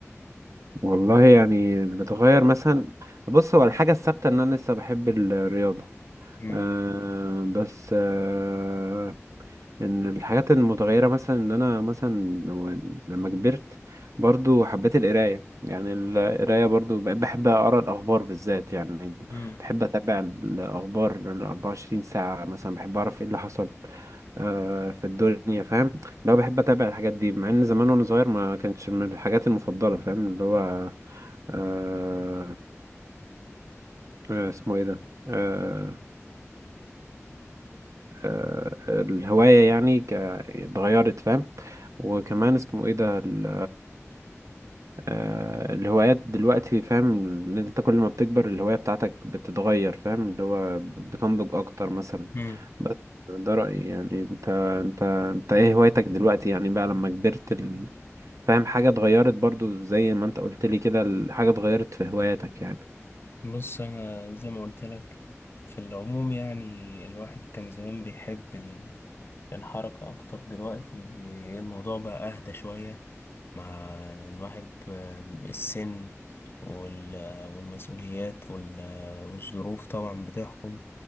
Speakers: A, on the right; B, on the left.
A: والله يعني اللي اتغير مثلا بص هو الحاجة الثابتة إن أنا لسه بحب الرياضة
B: امم
A: أه بس أه ان الحاجات المتغيره مثلا ان انا مثلا لو- لما كبرت برضو حبيت القرايه يعني القرايه برضو بقيت بحب اقرا الاخبار بالذات يعني
B: امم
A: بحب اتابع الاخبار ال 24 ساعه مثلا بحب اعرف ايه اللي حصل آه، في الدنيا فاهم لو بحب اتابع الحاجات دي مع ان زمان وانا صغير ما كانتش من الحاجات المفضله فاهم اللي هو آه، آه، اسمه ايه ده آه، آه، الهواية يعني ك- اتغيرت فاهم وكمان اسمه ايه ده ال- آه، الهوايات دلوقتي فاهم ان انت كل ما بتكبر الهواية بتاعتك بتتغير فاهم اللي هو بتنضج اكتر مثلا
B: امم
A: بس ده رأيي يعني انت انت انت ايه هوايتك دلوقتي يعني بقى لما كبرت ال... فاهم حاجة اتغيرت برضو زي ما انت قلت لي كده ال- حاجة اتغيرت في هواياتك يعني
B: بص انا زي ما قلت لك في العموم يعني الواحد كان زمان بيحب الحركة أكتر دلوقتي الموضوع بقى أهدى شوية مع الواحد آه، السن وال- والمسؤوليات وال- والظروف طبعا بتحكم